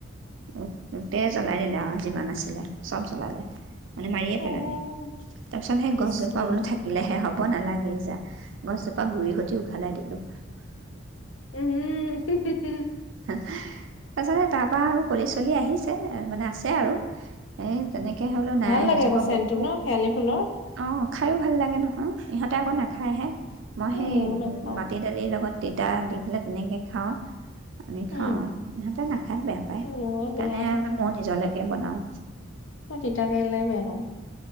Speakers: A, on the right; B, on the left.
A: উম উম তেজ ওলায় দিলে অঁ যিমান আছিলে চব জ্বলালে মানে মাৰিয়ে
B: অ'
A: পেলালে তাৰ পিছত সেই গছজোপা
B: ইচ ৰাম
A: বোলো থাকিলেহে হ'ব নালাগে লেই যা গছজোপা গুৰি কটি উঘলাই দিলোঁ
B: উম উম উম উম
A: তাৰপছতে তাৰপৰা আৰু কলি চলি আহিছে মানে আছে আৰু এই তেনেকৈ বোলো নাই
B: ভাল লাগে
A: এজোপা
B: আকৌ চেনটো
A: বহুত
B: ন শেৱালি ফুলৰ
A: অঁ খায়ো ভাল লাগে নহয় ইহঁতে আকৌ নাখায়হে মই
B: উম,
A: সেই
B: ময়ো নাপাওঁ
A: উম মাটি দালিৰ লগত তিতা দি পেলাই তেনেকৈ খাওঁ আমি
B: উম
A: খাওঁ সিহঁতে নাখায় বেয়া পায়
B: মই
A: সেইকাৰণে
B: বেয়া
A: ময় নিজলৈকে বনাওঁ
B: তিতাকেলোই বেয়া পওঁ